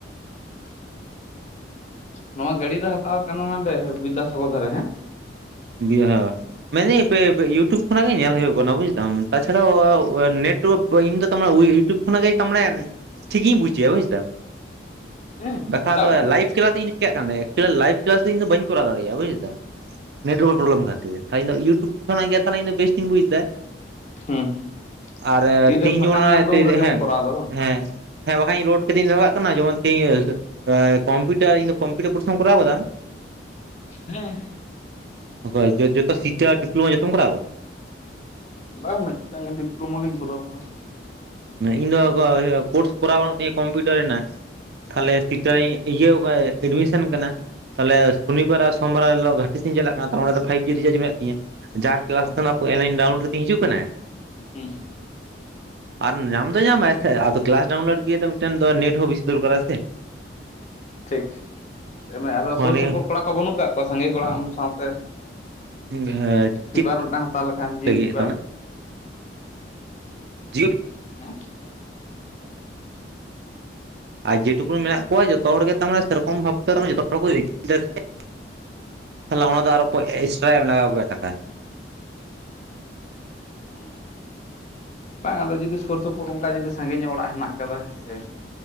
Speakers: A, on the left; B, on the right.
A: ᱱᱚᱣᱟ ᱜᱟᱹᱲᱤ ᱫᱚ ᱦᱟᱛᱟᱣ ᱠᱟᱱᱟ ᱱᱟᱰᱮ, ᱵᱤᱫᱽᱫᱟᱥᱟᱜᱚᱨ ᱫᱷᱟᱨᱮ ᱦᱮᱸ
B: <unintelligible> ᱢᱮᱱᱫᱟᱹᱧ ᱯᱮᱼᱯᱮ ᱤᱭᱩᱴᱩᱵᱽ ᱠᱷᱚᱱᱟᱜ ᱜᱮ ᱧᱮᱞ ᱦᱩᱭᱩᱜ ᱠᱟᱱᱟ ᱵᱩᱡᱽ ᱫᱟᱢ ᱾ ᱛᱟ ᱪᱷᱟᱲᱟᱻ ᱱᱮᱴᱳᱣᱟᱠ ᱤᱧ ᱫᱚ ᱛᱟ ᱢᱟᱱᱮ ᱩᱭ ᱤᱭᱩᱴᱩᱵᱽ ᱠᱷᱚᱱᱟᱜ ᱜᱮ ᱛᱟ ᱢᱟᱱᱮ ᱴᱷᱤᱠᱤᱧ ᱵᱩᱡᱮᱜᱼᱟ ᱵᱩᱡᱽᱫᱟᱢ,
A: ᱦᱮᱸ
B: ᱵᱟᱠᱷᱟᱡ
A: ᱪᱮᱫᱟᱜ
B: ᱫᱚ
A: ᱵᱟᱝ
B: ᱞᱟᱭᱤᱵᱷ <unintelligible> ᱤᱧ ᱫᱚ ᱪᱤᱠᱟᱜ ᱠᱟᱱ ᱛᱟᱦᱮ ᱮᱠᱪᱩᱭᱮᱞᱤ ᱞᱟᱭᱤᱵᱷ ᱠᱞᱟᱥ ᱤᱧ ᱫᱚ ᱵᱟᱹᱧ ᱠᱚᱨᱟᱣ ᱫᱟᱲᱮᱭᱟᱜᱼᱟ ᱵᱩᱡᱽ ᱫᱟᱢ ᱾ ᱱᱮᱴᱳᱣᱟᱨᱠ ᱯᱨᱚᱵᱽᱞᱮᱢ ᱠᱷᱟᱹᱛᱤᱨ, ᱤᱧ ᱫᱚ ᱤᱭᱩᱴᱩᱵᱽ ᱠᱷᱚᱱᱟᱜ ᱜᱮ ᱛᱟᱦᱞᱮ ᱤᱧ ᱫᱚ ᱵᱮᱹᱥ ᱤᱧ ᱵᱩᱡᱽ ᱫᱟ᱾
A: ᱦᱩᱸ ᱦᱩᱸ
B: ᱟᱨᱮ
A: ᱛᱤᱨᱮ
B: ᱛᱤᱦᱤᱧ
A: ᱯᱷᱟᱸᱠᱟᱢ
B: ᱡᱚᱢᱚᱱ ᱚᱱᱟ
A: ᱧᱟᱢ ᱮᱫᱟ
B: ᱛᱤᱨᱮ
A: ᱩᱱ ᱨᱮᱜᱮᱢ
B: ᱦᱮᱸ
A: ᱠᱚᱨᱟᱣ ᱮᱫᱟ ᱵᱟᱝ
B: ᱦᱮᱸ ᱦᱮᱸ ᱵᱟᱠᱷᱟᱡ ᱤᱧ ᱞᱳᱰ ᱠᱟᱛᱤᱧ ᱫᱚᱦᱚ ᱠᱟᱜ ᱠᱟᱱᱟ ᱡᱮᱢᱚᱱ ᱛᱤᱦᱤᱧ, ᱮ ᱠᱚᱢᱯᱤᱴᱟᱨ ᱤᱧ ᱫᱚ ᱠᱚᱢᱯᱤᱴᱟᱨ ᱠᱳᱨᱥ ᱮᱢ ᱠᱚᱨᱟᱣ ᱠᱟᱫᱟ ᱟᱢ?
A: ᱦᱮᱸ ᱦᱮᱸ᱾
B: ᱚᱠᱚᱭ ᱡᱚ-ᱡᱚᱛᱚ ᱥᱤᱴᱟ, ᱰᱤᱯᱞᱳᱢᱟ ᱡᱚᱛᱚᱢ ᱠᱚᱨᱟᱣ ᱠᱟᱫᱟ?
A: ᱵᱟᱝ ᱢᱤᱫᱴᱟᱝ ᱜᱮ ᱰᱤᱯᱞᱳᱢᱟ ᱜᱤᱧ ᱠᱚᱨᱟᱣ ᱠᱟᱫᱟ᱾
B: ᱤᱧ ᱫᱚᱻ ᱤᱭᱟᱹ ᱠᱳᱨᱥ ᱠᱚᱨᱟᱣ ᱵᱟᱹᱱᱩᱜ ᱛᱤᱧᱟᱹ ᱠᱚᱢᱯᱤᱭᱩᱴᱟᱨ ᱨᱮᱱᱟᱜ, ᱛᱟᱦᱞᱮ ᱥᱤᱴᱟ ᱨᱤᱧ ᱤᱭᱟᱹᱣ ᱠᱟ ᱮᱰᱢᱤᱥᱚᱱ ᱠᱟᱱᱟ᱾ ᱛᱟᱦᱞᱮ ᱥᱩᱱᱤᱵᱟᱨ ᱟᱨ ᱥᱚᱢᱵᱟᱨ ᱦᱤᱞᱳᱜ ᱜᱷᱟᱴᱤ ᱥᱮᱜᱼᱤᱧ ᱪᱟᱞᱟᱜ ᱠᱟᱱᱟ ᱛᱟᱦᱞᱮ ᱚᱸᱰᱮ ᱫᱚ ᱯᱷᱟᱭᱤᱵᱽ ᱡᱤ ᱨᱤᱪᱟᱨᱡᱽ ᱢᱮᱱᱟᱜ ᱛᱤᱧᱟ, ᱡᱟ
A: ᱟᱪᱪᱷᱟ
B: ᱠᱞᱟᱥ ᱛᱮᱱᱟᱜ ᱮᱱ ᱦᱤᱞᱚᱜ ᱰᱟᱣᱩᱱᱞᱳᱰ ᱠᱟᱛᱤᱧ ᱦᱤᱡᱩᱜ ᱠᱟᱱᱟ ᱾
A: ᱦᱩᱸ᱾
B: ᱟᱨ ᱧᱟᱢ ᱫᱚᱭ ᱧᱟᱢᱟᱭ ᱥᱮ ᱟᱫᱚ ᱠᱞᱟᱥ ᱰᱟᱣᱩᱱᱞᱳᱰ ᱞᱟᱹᱜᱤᱫ ᱫᱚ ᱢᱤᱫᱴᱮᱱ ᱫᱚ ᱱᱮᱴ ᱦᱚᱸ ᱵᱤᱥᱤ ᱫᱚᱨᱠᱟᱨᱟ ᱥᱮ ᱾
A: ᱴᱷᱤᱠ ᱮᱢᱮ ᱟᱫᱚ
B: ᱦᱚᱸ
A: ᱥᱩᱨ ᱥᱩᱯᱩᱨ ᱠᱚᱲᱟ ᱠᱚ ᱵᱟᱹᱱᱩᱜ ᱠᱟᱜ ᱠᱚᱣᱟ? ᱥᱟᱸᱜᱮ ᱠᱚᱲᱟ ᱟᱢ ᱥᱟᱶᱛᱮ?
B: <unintelligible>
A: ᱯᱷᱤᱵᱟᱨ ᱢᱤᱫᱴᱟᱝ ᱦᱟᱛᱟᱣ ᱞᱮᱠᱷᱟᱱ ᱡᱤᱭᱳ
B: ᱞᱟᱹᱜᱤᱫ
A: ᱯᱷᱤᱵᱟᱨ ᱾
B: <unintelligible>
A: ᱦᱮᱸ
B: ᱟᱨ ᱡᱮᱴᱩᱠᱩᱱ ᱢᱮᱱᱟᱜ ᱠᱚᱣᱟ ᱡᱚᱛᱚ ᱦᱚᱲ ᱜᱮ ᱛᱟᱢᱟᱱᱮ ᱥᱮ ᱨᱚᱠᱚᱢ ᱵᱷᱟᱵᱛᱮ ᱡᱚᱛᱚ ᱦᱚᱲ <unintelligible> ᱛᱟᱦᱞᱮ ᱚᱱᱟ ᱫᱚ ᱟᱨᱚ ᱯᱳᱡ ᱮᱥᱴᱨᱟ ᱮᱢ ᱞᱟᱜᱟᱣ ᱠᱚᱣᱟ ᱴᱟᱠᱟ ᱾
A: ᱚ ᱵᱟᱝ ᱟᱫᱚ ᱡᱩᱫᱤ ᱥᱚᱨ ᱥᱚᱯᱚᱨ ᱚᱝᱠᱟ ᱡᱩᱫᱤ ᱥᱟᱸᱜᱮ ᱧᱚᱜ ᱚᱲᱟᱜ ᱦᱮᱱᱟᱜ ᱟᱠᱟᱫᱟ ᱦᱮᱸ ᱥᱮ ᱾